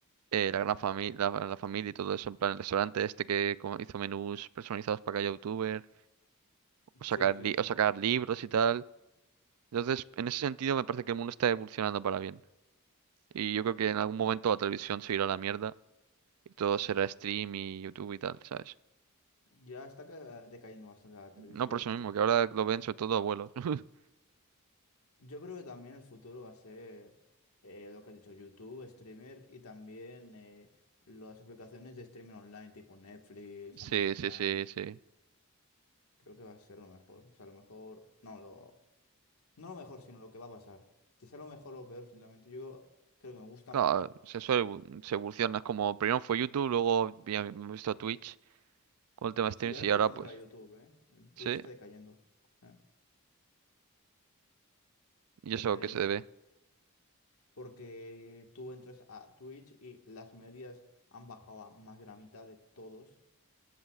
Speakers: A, on the right (about 85°); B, on the left (about 80°).
A: eh, la gran familia, la, la familia y todo eso, en plan el restaurante este que como hizo menús personalizados para cada youtuber, o
B: sí,
A: sacar,
B: sí,
A: li-
B: sí.
A: o sacar libros y tal. Entonces, en ese sentido, me parece que el mundo está evolucionando para bien. Y yo creo que en algún momento la televisión se irá a la mierda y todo será stream y YouTube y tal, ¿sabes?
B: Ya está ca- decayendo bastante la televisión,
A: No por eso
B: ¿no?
A: mismo, que ahora lo ven sobre todo abuelos. <laughs>
B: Yo creo que también el futuro va a ser eh, lo que has dicho, YouTube, streamer y también eh, las aplicaciones de streaming online tipo Netflix,
A: Sí,
B: Amazon
A: sí,
B: Prime.
A: sí, sí.
B: Creo que va a ser lo mejor. O sea, lo mejor. No, lo. No lo mejor, sino lo que va a pasar. Quizá lo mejor o lo peor, sinceramente. Yo creo que me gusta
A: Claro,
B: más.
A: se, suele evo- se evoluciona. Es como primero fue YouTube, luego vi- hemos visto Twitch con el tema de streams
B: Sí, ahora
A: y
B: está
A: ahora
B: volviendo
A: pues,
B: otra vez YouTube, ¿eh? El Twitch
A: sí.
B: está decayendo. ¿eh?
A: ¿Y
B: Entonces,
A: eso a qué se
B: bueno.
A: debe?
B: Porque tú entras a Twitch y las medias han bajado a más de la mitad de todos.